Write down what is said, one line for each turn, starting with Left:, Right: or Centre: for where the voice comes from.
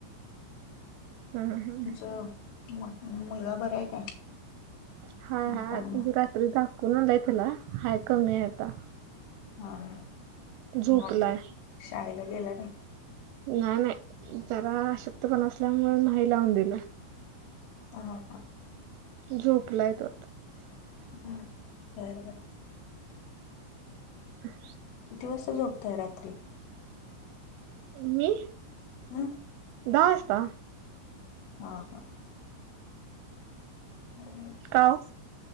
Right: हम्म हम्म
Left: तुमचं मुलगा बर आहे काय
Right: हा
Left: मोठा
Right: हा
Left: मुलगा
Right: रात्री दाखवून आणलाय त्याला हाय कमी आहे आता
Left: हा हा
Right: झोपलाय
Left: मग काय शाळेला गेला नाही
Right: नाही नाही जरा आशक्त पना असल्यामुळे नाही लावून दिलं
Left: ह ह
Right: झोपलाय तो आता.
Left: <inaudible>
Right: हम
Left: किती वाजता झोपताय रात्री
Right: मी
Left: हं
Right: दहा वाजता
Left: ह हा हम्
Right: का ओ